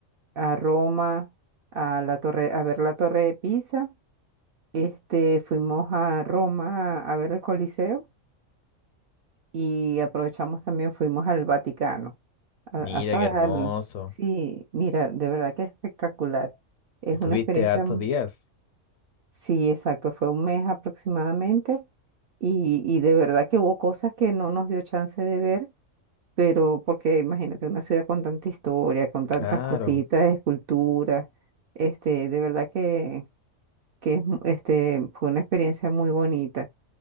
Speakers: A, on the right (about 65°); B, on the left (about 80°).
A: a Roma, a la torre, a ver la Torre de Pisa este, fuimos a Roma a ver el Coliseo y aprovechamos también, fuimos al Vaticano. A,
B: Mira
A: a, ¿sabes?
B: qué hermoso.
A: Al- sí, mira, de verdad que es espectacular. Es
B: Estuviste
A: una experiencia,
B: hartos
A: m-
B: días.
A: sí, exacto, fue un mes aproximadamente y, y de verdad que hubo cosas que no nos dio chance de ver, pero porque imagínate una ciudad con tanta historia, con tantas
B: Claro.
A: cositas, esculturas, este, de verdad que, que es mu- este, fue una experiencia muy bonita.